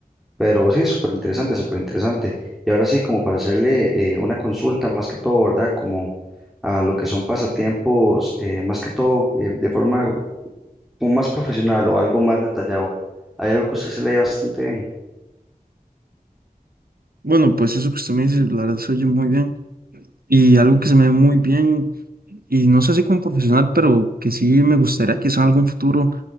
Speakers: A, in the centre; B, on the right (about 75°).
A: pero sí, súper interesante, súper interesante. Y ahora sí, como para hacerle eh, una consulta más que todo, ¿verdad? Como a lo que son pasatiempos, eh, más que todo eh, de forma como más profesional o algo más detallado. Hay algo que usted se lee bastante bien.
B: Bueno, pues eso que usted me dice, la verdad se oye muy bien. Y algo que se me ve muy bien, y no sé si como profesional, pero que sí me gustaría quizá en algún futuro,